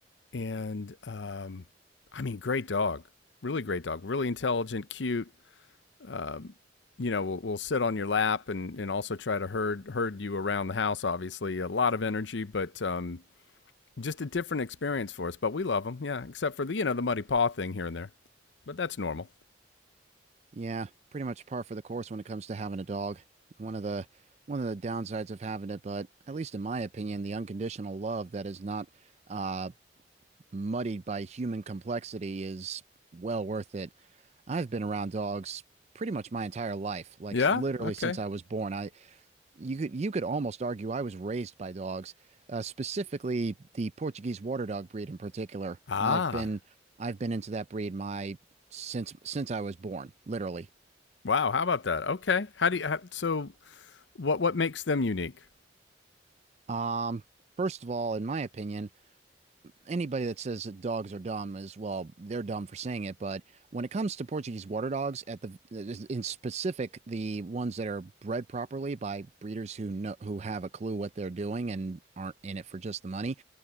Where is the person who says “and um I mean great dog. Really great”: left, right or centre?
Left